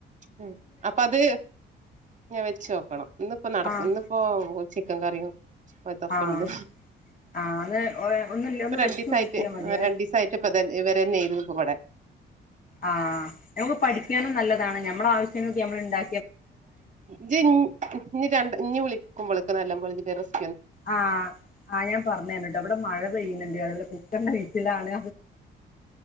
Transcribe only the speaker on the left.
ആഹ്
ആഹ് ആഹ് ഒന്ന് ഒ- ഒന്നില്ല
ഒന്ന്
വെച്ച് നോക്കിയാ മതിയേ
ആ ഞമക്ക് പഠിക്കാനും നല്ലതാണ് ഞമ്മളാവശ്യങ്ങൾക്ക് ഞമ്മള് ഇണ്ടാ
ആഹ് അയ്‌ ഞാൻ പറഞ്ഞര ട്ടോ ഇവിടെ മഴ പെയ്യുന്നുണ്ട് അതേപോലെ കുക്കറിന്റെ വിസ്സിൽ ആണ്